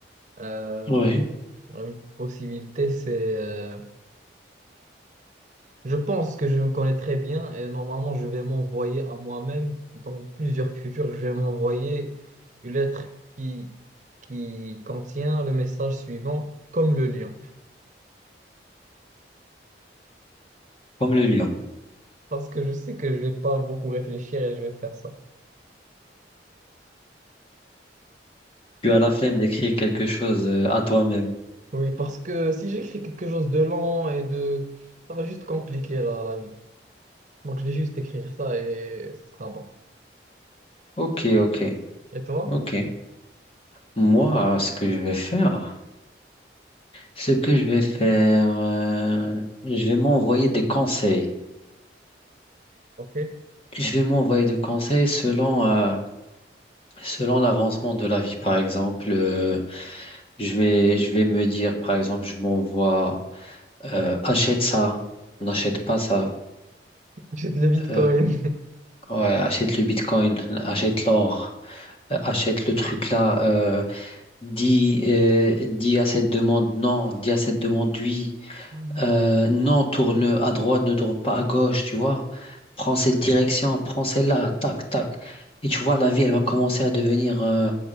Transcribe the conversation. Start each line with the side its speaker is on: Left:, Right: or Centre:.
Right: Euh,
Left: Oui.
Right: une possibilité, c'est. euh, Je pense que je me connais très bien et normalement je vais m'envoyer à moi-même dans plusieurs futurs, je vais m'envoyer une lettre qui, qui contient le message suivant, comme le lion.
Left: Comme le lion.
Right: Parce que je sais que je vais pas beaucoup réfléchir et je vais faire ça.
Left: Tu as la flemme d'écrire quelque chose euh, à toi-même.
Right: Oui, parce que si j'écris quelque chose de lent et de... ça va juste compliquer la, la vie. Donc je vais juste écrire ça et ce sera bon.
Left: Ok, ok,
Right: Et toi?
Left: ok. Moi, ce que je vais faire... Ce que je vais faire, euh, je vais m'envoyer des conseils.
Right: Ok.
Left: Je vais m'envoyer des conseils selon, euh, selon l'avancement de la vie. Par exemple, euh, je vais, je vais me dire, par exemple, je m'envoie, euh, achète ça, n'achète pas ça.
Right: achète le Bitcoin.
Left: Euh, ouais, achète le Bitcoin, achète l'or, euh, achète le truc là. euh, dis, euh, dis à cette demande non, dis à cette demande oui.
Right: <laughs>
Left: Euh, non, tourne à droite, ne tourne pas à gauche, tu vois. Prends cette direction, prends celle-là, tac, tac. Et tu vois, la vie, elle va commencer à devenir, euh,